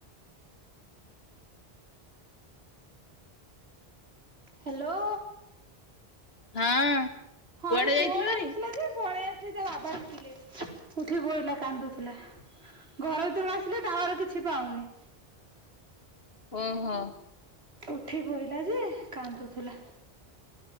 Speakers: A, on the right (about 80°); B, on the left (about 70°).
A: ହ୍ୟାଲୋ।
B: ହଁ।
A: ହଁ
B: କୁଆଡେ
A: ଏଇ ପୁଅ
B: ଯାଇଥିଲୁ
A: ଟା
B: ଭାରି?
A: ଉଠିଥିଲା ଯେ ପଳେଇ ଆସିଲି ତା ବାବା ଦେଖିଲେ ଉଠି ପଇଲା କାନ୍ଦୁଥିଲା। ଘର ଭିତକୁ ଆସିଲେ ଟାୱାର କିଛି ପାଉନି।
B: ହୁଁ ହଁ
A: ଉଠି ପଇଲା ଯେ କାନ୍ଦୁଥୁଲା।